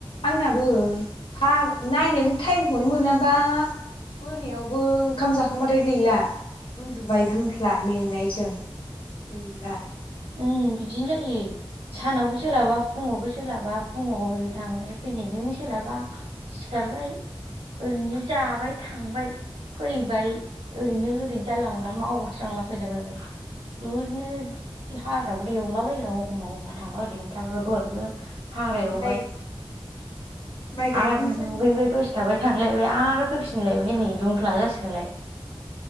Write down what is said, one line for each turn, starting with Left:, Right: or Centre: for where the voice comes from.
Left: आंनाबो फा नायनोनो टाइम हरनो मोनाबा मोनायावबो ओंखाम जाखांबाथाय गैला उन्दुबाय दुमफ्ला मेंनायजों गैला
Right: उ बिदिनो जायो सानावबो सोलाबा फुङावबो सोलाबा फुङाव ओरै थांनाय फैनाय बिदिनो सोलाबा सिखारबाय ओरैनो जाबाय थांबाय फैबाय ओरैनो ओरैनो जारला मालला मावस्रांला फैलाबायैबाय बेरनो हाग्राबो एवलाबाया एखमब्ला एखमबा थांा ओरैनो थाब दहायबो <unintelligible> हाग्र
Left: ओमफ्राय
Right: एवबाय
Left: माइ गायखां
Right: आरो
Left: सान्दिया
Right: दुगैबाय दसे थाबाय थांलायबाय आरो फैफिनलाय नै दुमख्ला जासिगोनलाय